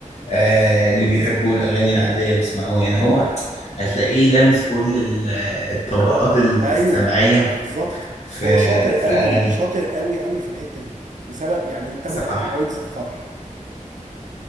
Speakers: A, on the left; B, on the right.
A: آه اللي بيحبوا الأغاني العادية بيسمعوه يعني هو هتلاقيه لامس كل ال- الطبقات السمعية
B: ايوه بالظبط
A: في
B: هو شاطر
A: في
B: قوي
A: أغانيه
B: شاطر قوي قوي في الحته دي لسبب يعني انت
A: صح
B: ممكن تسمع ويجز في فرح